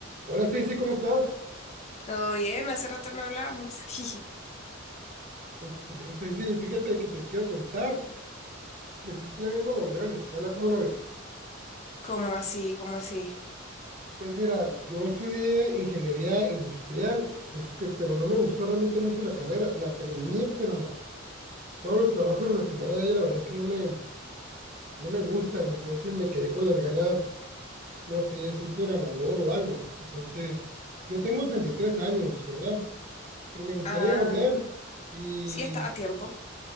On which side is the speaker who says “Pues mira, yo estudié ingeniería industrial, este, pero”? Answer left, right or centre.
Right